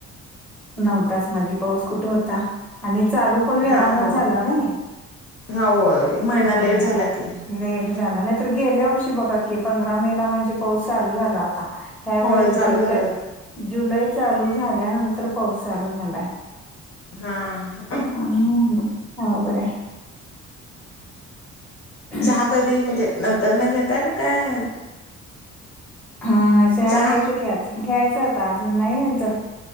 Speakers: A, in the centre; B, on the left (about 50°).
A: नऊ तास मध पाऊस कुठे होता आणि चालू पण वेळानच
B: हां होय.
A: झाला नाही
B: होय एक महिना
A: हो
B: लेट झाला की
A: लेट झाला नाहीतर गेल्या वर्षी बघा कि पंधरा मे ला म्हणजे पाऊस चालू झाला आता ह्या वळेस
B: होय चालू
A: जुलै
B: झालं.
A: जुलै चालू झाल्यानंतर पाऊस चालू झालाय
B: हां
A: हम हबड आहे
B: चहा कधी म्हणजे नंतर न घताय काय
A: हा च हा
B: चहा?
A: घ्यायच की आता घ्यायचं आता अजून नाहींत